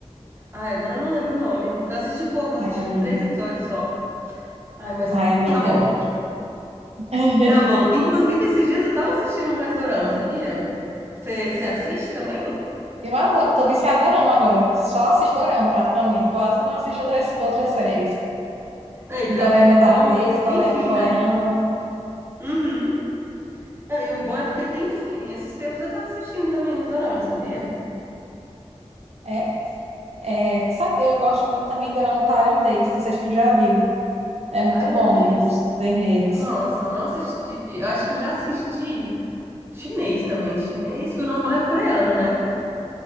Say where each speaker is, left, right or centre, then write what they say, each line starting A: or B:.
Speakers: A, on the right; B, on the right.
A: Ai, agora eu não lembro o nome. Porque eu assisti pouco, eu
B: Ai,
A: assisti
B: amiga.
A: três episódios só. Ai, mas
B: Ai, amiga.
A: tá bom.
B: <laughs>
A: Tá bom. Inclusive, esses dias eu tava assistindo mais dorama, sabia? Você você assiste também?
B: Eu adoro, tô viciada em dorama agora. Só assisto dorama, praticamente. Quase não assisto outras, outras séries.
A: É, pior
B: Dorama
A: que é bom
B: tailandês,
A: porque
B: cole-
A: tem fim,
B: coreano.
A: né? Uhum. Não, e o bom é porque tem fim. Esses tempos eu tava assistindo também os doramas, sabia?
B: É, é, sabe, eu gosto muito também de dorama tailandês. Não sei se tu já viu. É muito
A: Tailandês.
B: bom os, os enredos.
A: Nossa, eu não assisti. Eu acho que eu já assisti chinês também. Chinês, que o normal é coreano, né?